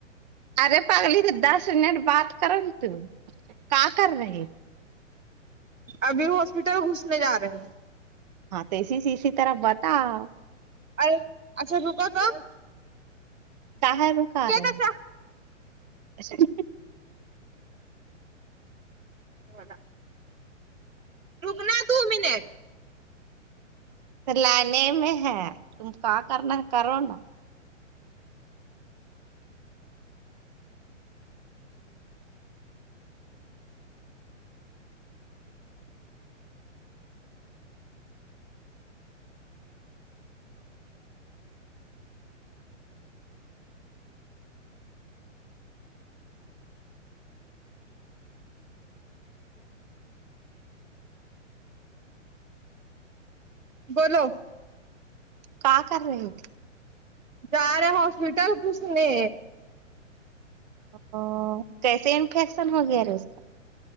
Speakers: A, on the right (about 35°); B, on the right (about 80°).
A: ارے پگلی تو دس منٹ بات کرن ت کا کر رہے
B: ابھی ہاسپٹل گھسنے جا رہے ہیں
A: ہاں تو اسی سے اسی طرح بتاؤ
B: ا اچھا رکا توم <unintelligible>
A: کا ہے رک رہے ہیں
B: چچا
A: <unintelligible>
B: ہودا رکنا دو منٹ <unintelligible>
A: لنے میں ہے تم کہاں کرنا ہے کرو نا
B: بولو <unintelligible>
A: کا کر رہے ہیں تھے <unintelligible>
B: جا رہے ہاسپٹل کسنے
A: او کیسے انفیکشن ہو گیا رے اس کا